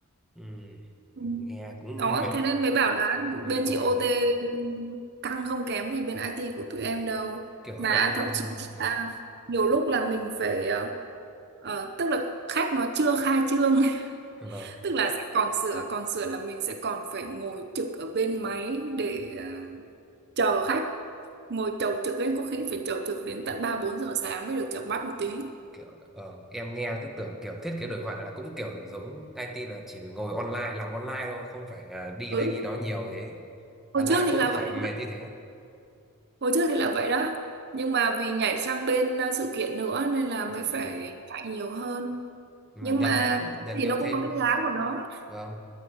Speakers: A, in the centre; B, on the right.
A: Ừ.
B: Ừ.
A: Ừ, Nghe cũng
B: Đó,
A: mệt
B: thế nên mới bảo là
A: mệt
B: bên
A: mỏi
B: chị OT
A: nhỉ.
B: căng không kém gì bên IT của tụi em đâu.
A: Kiểu
B: Mà
A: em
B: thậm chí
A: ờ,
B: là nhiều lúc là mình phải ờ, ờ, tức là khách nó chưa khai trương, <laughs>
A: vâng, vâng.
B: tức là sẽ còn sửa, còn sửa là mình sẽ còn phải ngồi trực ở bên máy để ờ, chờ khách, ngồi chầu trực ấy có khi phải chầu trực đến
A: Ừ.
B: tận 3 4 giờ sáng mới được chợp mắt một tí.
A: kiểu ờ, em nghe cứ tưởng kiểu thiết kế đồ họa là cũng kiểu giống IT là chỉ ngồi online làm online thôi, không phải à, đi
B: Ừ,
A: đây đi đó nhiều thế.
B: hồi
A: Hóa ra
B: trước thì
A: cũng
B: là
A: phải
B: vậy.
A: mệt như thế.
B: Hồi trước thì là vậy đó. Nhưng mà vì nhảy sang bên ờ, sự kiện nữa nên là mới
A: Ừ.
B: phải chạy nhiều hơn.
A: Mà
B: Nhưng
A: nhận
B: mà
A: nhận
B: thì
A: nhiều
B: nó cũng
A: thêm
B: có cái giá của nó.
A: vâng.